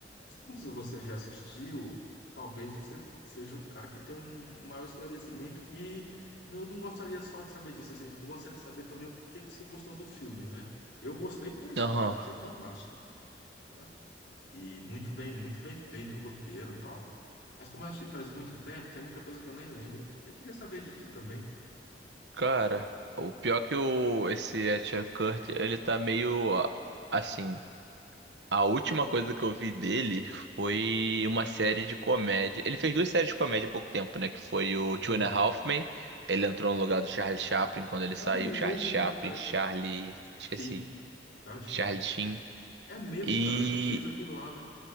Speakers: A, on the left; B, on the right.
A: Como se você já assistiu, talvez você seja um cara que tem um maior esclarecimento. E eu não gostaria só de saber disso, assim. Eu gostaria de saber também o porquê que você gostou do filme, né? Eu gostei pela história,
B: Aham.
A: que eu achei fantástica, né? E muito bem, muito bem feito o roteiro e tal. Mas como eu assisti faz muito tempo, tem muita coisa que eu nem lembro. Aí queria saber de ti também.
B: Cara, o pior é que o esse Etcher Kurt, ele tá meio a- assim. A última coisa que eu vi dele foi uma série de comédia. Ele fez duas séries de comédia há pouco tempo, né? Que foi o
A: Uhum.
B: Two and a Half Men. Ele entrou no lugar do Charlie Chaplin quando ele
A: Ah,
B: saiu.
A: é mesmo,
B: Charlie Chaplin,
A: né, cara?
B: Charlie. Esqueci.
A: Sheen. Charlie Sheen.
B: Charlie Sheen.
A: É mesmo,
B: E
A: cara. Ele fez aquilo lá, né?